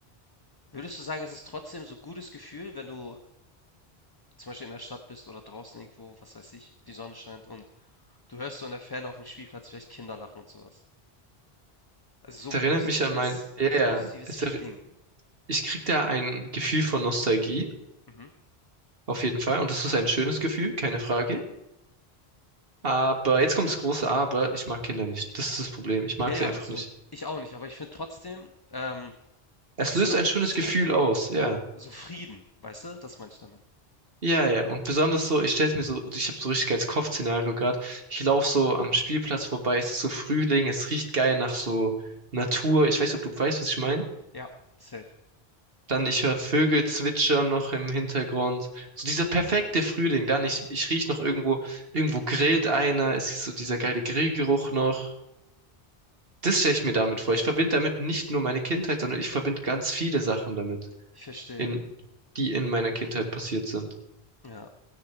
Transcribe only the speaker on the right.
Es
erinnert
mich an mein, ja, ja.
Es
erri- ich krieg da ein Gefühl von Nostalgie,
auf jeden Fall. Und es ist ein schönes Gefühl, keine Frage. Aber jetzt kommt das große Aber, ich mag Kinder nicht. Das ist das Problem. Ich mag
sie einfach
nicht.
Es
löst
ein
schönes Gefühl aus, ja.
Ja, ja. Und besonders so, ich stell's mir so, ich habe so richtig als Kopfszenario gerade. Ich laufe so am Spielplatz vorbei, es ist so Frühling, es riecht geil nach so Natur. Ich weiß nicht, ob du weißt, was ich meine.
Dann ich höre Vögel zwitschern noch im Hintergrund. So dieser perfekte Frühling. Dann ich, ich riech noch irgendwo, irgendwo grillt einer. Es ist so dieser geile Grillgeruch noch. Das stelle ich mir damit vor. Ich verbinde damit nicht nur meine Kindheit, sondern ich verbinde ganz viele Sachen damit,
in, die in meiner Kindheit passiert sind.